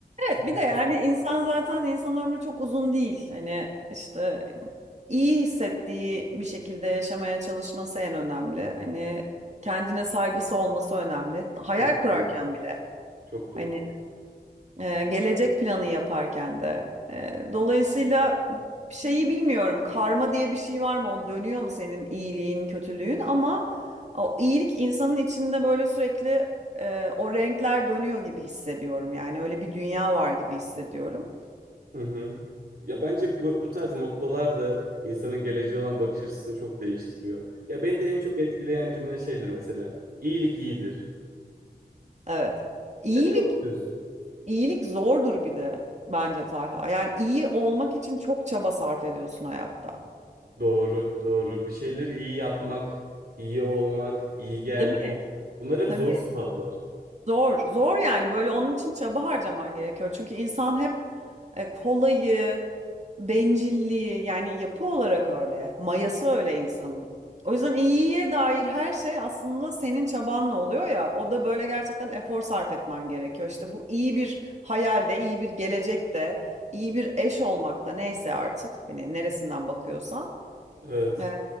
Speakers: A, on the right; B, on the right.
A: Sonuçta
B: Evet, bir de yani insan zaten insan ömrü çok uzun değil. Hani işte iyi hissettiği bir şekilde yaşamaya çalışması en önemli. Hani kendine saygısı olması önemli. Hayal
A: çok
B: kurarken
A: doğru.
B: bile.
A: Çok doğru.
B: Hani Ee, gelecek planı yaparken de. Ee, dolayısıyla şeyi bilmiyorum. Karma diye bir şey var mı? O dönüyor mu senin iyiliğin, kötülüğün? Ama o iyilik insanın içinde böyle sürekli e, o renkler dönüyor gibi hissediyorum. Yani öyle bir dünya var gibi hissediyorum.
A: Hı hı. Ya bence bu, bu tarz mottolar da insanın geleceğe olan bakış açısını çok değiştiriyor. Ya beni de en çok etkileyen cümle şeydir mesela. İyilik iyidir.
B: Evet. İyilik,
A: Ya çok düz.
B: iyilik zordur bir de bence Talha. Yani iyi olmak için çok çaba sarf ediyorsun hayatta.
A: Doğru, doğru. Bir şeyleri iyi yapmak, iyi olmak, iyi gelmek.
B: Tabii,
A: Bunlar hep
B: tabii.
A: zor sıfatlar.
B: Zor, zor yani böyle onun için çaba harcaman gerekiyor. Çünkü insan hep e, kolayı, bencilliği yani yapı olarak öyle. Mayası öyle insanın. O yüzden iyiye dair her şey aslında senin çabanla oluyor ya. O da böyle gerçekten efor sarf etmen gerekiyor. İşte bu iyi bir hayalde, iyi bir gelecekte, iyi bir eş olmakta neyse artık. Hani neresinden bakıyorsan.
A: Evet.
B: E,